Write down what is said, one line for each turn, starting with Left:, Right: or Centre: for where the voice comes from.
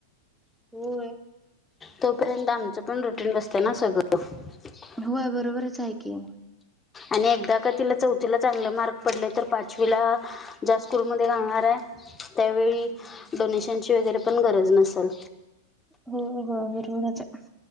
Centre: होय.
Left: तोपर्यंत आमचं पण रुटीन बसतंय ना सगळं. <inaudible>
Centre: होय. बरोबरच आहे की.
Left: आणि एकदा का तिला चौथीला चांगले मार्क पडले तर पाचवीला ज्या स्कूलमध्ये घालणार आहे त्यावेळी डोनेशनची वगैरे पण गरज नसेल.
Centre: हो हो बरोबरच.